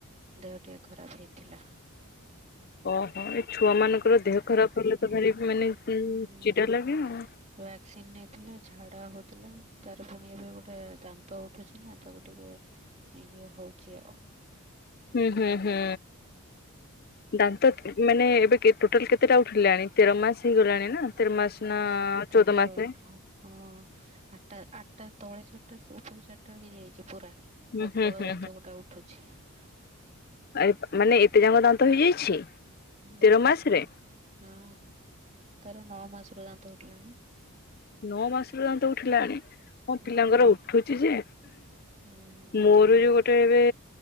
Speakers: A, on the right; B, on the left.
A: ଦେହ ଟିକେ ଖରାପ ହେଇଥିଲା।
B: ଓହୋ ଏଇ ଛୁଆ ମାନଙ୍କର ଦେହ ଖରାପ ହେଲେ ତ ଭାରି ମାନେ
A: ହୁଁ
B: ଚିଡା ଲାଗେ ଆଉ
A: ଭକ୍ସିନ୍ ନେଇଥିଲେ ଝାଡା ହଉଥିଲା ତାର ପୁଣି ଏବେ ଗୋଟେ ଦାନ୍ତ ଉଠୁଛି ନା ତାକୁ ଟିକେ ଇଏ ହଉଛି ଆଉ
B: ହୁଁ ହୁଁ ହୁଁ ଦାନ୍ତ ମାନେ ଏବେ କେ ଟୋଟାଲ କେତେଟା ଉଠିଲାଣି ତେର ମାସ ହେଇଗଲାଣି ନା ତେର ମାସ ନା
A: ହୁଁ
B: ଚଉଦ
A: ତାର
B: ମାସେ
A: ହଁ ଆଠ୍ ଟା ଟା ତଳେ ଚାରିଟା ଉପରେ ଚାରିଟା ହେଇଯାଇଛି ପୁରା
B: ହୁଁ
A: ଆଉ
B: ହୁଁ
A: କଳ
B: ହୁଁ
A: ଦାନ୍ତ ଗୋଟା ଉଠୁଛି। <unintelligible>
B: ଏ ମାନେ ଏତେ ଯାଙ୍କ ଦାନ୍ତ ହେଇଯାଇଛି
A: ହୁଁ
B: ତେର ମାସରେ?
A: ହଁ ତାର ନଅ ମାସରୁ ଦାନ୍ତ ଉଠିଲାଣି।
B: ନଅ ମାସରୁ ଦାନ୍ତ ଉଠିଲାଣି, ହଁ
A: ହୁଁ
B: ପିଲାଙ୍କର ଉଠୁଛି ଯେ
A: ହୁଁ
B: ମୋର ଯୋଉ ଗୋଟେ ଏବେ